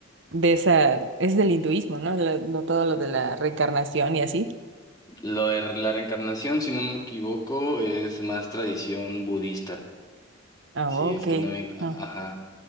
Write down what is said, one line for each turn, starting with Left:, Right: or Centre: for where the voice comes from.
Right: de esa, es del hinduismo, ¿no? Lo- no todo lo de la reencarnación y así.
Left: Lo de la reencarnación, si no me equivoco, es más tradición budista.
Right: Ah,
Left: Sí,
Right: ok.
Left: es que no hay, a-
Right: Ah,
Left: ajá.